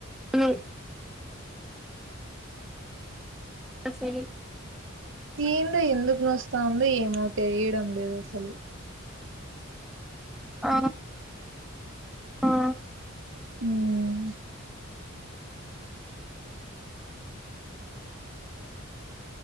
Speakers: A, in the centre; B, on the right (about 65°).
A: ఉమ్ ఆ సరే
B: ఎందో ఎందుకు నస్తావుందో ఏమో తెలియడం లేదు అసలు
A: ఆ ఆ
B: ఉమ్మ్